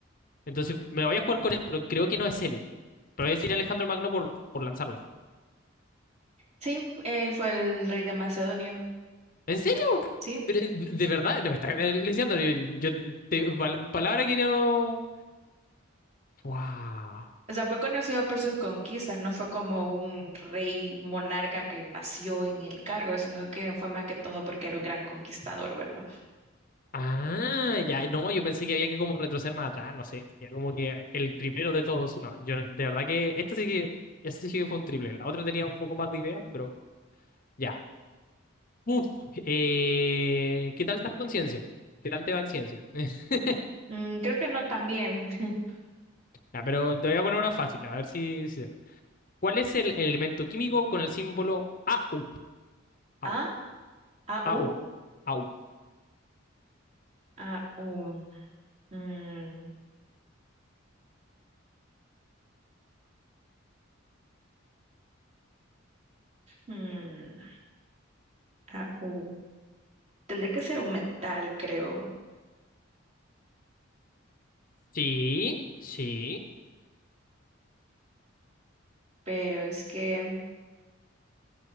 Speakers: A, on the left; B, on the right.
A: Entonces me la voy a jugar con él, pero creo que no es él. Pero voy a decir Alejandro Magno por, por lanzarla.
B: sí, él fue el rey de Macedonia.
A: ¿En serio?
B: Sí,
A: Pero, de de verdad, no me está leseando. Yo, yo te- pal- palabra que no. ¡Wow!
B: O sea, fue conocido por sus conquistas, no fue como un rey monarca que nació en el cargo, sino que fue más que todo porque era un gran conquistador, ¿verdad?
A: Ah, ya, no, yo pensé que había que como retroceder más atrás, no sé, ya como que el primero de todos, no, yo de verdad que esta sí que, esta sí que fue un triple, la otra tenía un poco más de idea, pero ya. Uf, eh, ¿qué tal estás con ciencia? ¿Qué tal te va en ciencia? <laughs>
B: Mm, creo que no también. <laughs>
A: Ya, pero te voy a poner una fácil, a ver si... si- ¿Cuál es el elemento químico con el símbolo AU? AU,
B: A, A, U,
A: AU, AU.
B: A, U. Mm, mm, A, U. Tendría que ser un metal, creo,
A: Sí, sí.
B: pero es que